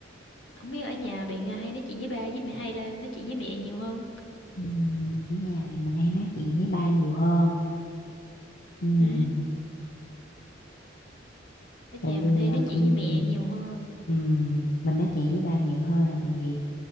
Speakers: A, on the left; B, on the left.
A: không biết ở nhà bạn à, hay nói chuyện với ba với mẹ hay là nói chuyện với mẹ nhiều hơn
B: Ừm, ở nhà thì mình hay nói chuyện với ba nhiều hơn Ừm,
A: à, ở nhà
B: tại vì
A: mình hay nói
B: ờ,
A: chuyện
B: ừm,
A: với mẹ nhiều hơn
B: ừm, mình nói chuyện với ba nhiều hơn là tại vì